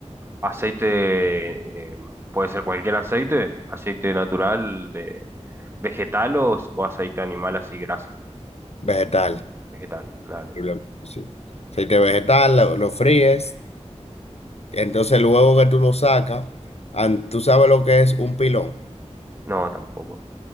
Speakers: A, on the right; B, on the left.
A: Aceite, eh, puede ser cualquier aceite, aceite natural, de vegetal o, o aceite animal así graso.
B: Vegetal.
A: Vegetal, dale.
B: Posiblemente, Sí. Aceite vegetal, lo, lo fríes, entonces luego que tú lo sacas, an- tú sabes lo que es un pilón.
A: No, tampoco.